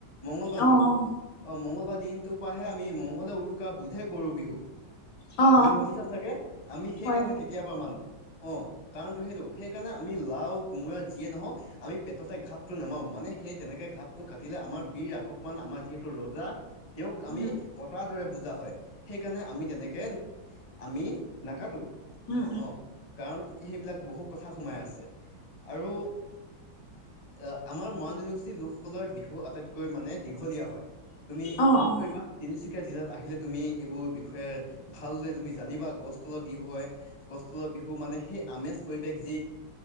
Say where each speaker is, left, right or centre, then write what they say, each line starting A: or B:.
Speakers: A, on the left; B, on the left.
A: মঙ্গলবাৰ দিনটোৰ,
B: অ', অ',
A: অ' মঙ্গলবাৰ দিনটোৰ পৰাহে আমি মংগলে উৰুকা বোধে গৰু বিহু।
B: অ', অ
A: তুমি শুনিছা চাগে আমি সেই
B: হয়।
A: কাৰণে তেতিয়াবা মানো অঁ। কাৰণটো সেইটো, সেইকাৰণে আমি লাও কোমোৰা যিয়ে নহওঁক পেটতে ঘাপটো নেমাৰো মানে সেই তেনেকে ঘাপটো কাটিলে আমাৰ বীৰ ৰাঘৱ মৰাণ আমাৰ যিহেতু ৰজা তেওঁক
B: উম
A: আমি
B: উম।
A: কটাৰ দৰে বুজা হয়, সেইকাৰণে আমি তেনেকে আমি নাকাটো
B: উম
A: অঁ। কাৰণ সেইবিলাক বহু কথা সোমাই আছে আৰু আহ আমাৰ মৰাণ জনগোষ্ঠীৰ লোকসকলৰ বিহু আটাইতকৈ মানে দীঘলীয়া হয়। তুমি
B: অ',
A: ম'ন
B: অ'।
A: কৰিবা তিনিচুকীয়া জিলাত আহিলে তুমি এইবোৰ বিষয়ে ভাললৈ তুমি জানিবা গছ তলৰ বিহু হয় গছ গছ তলৰ বিহু মানে সেই আমেজ পৰিৱেশ যি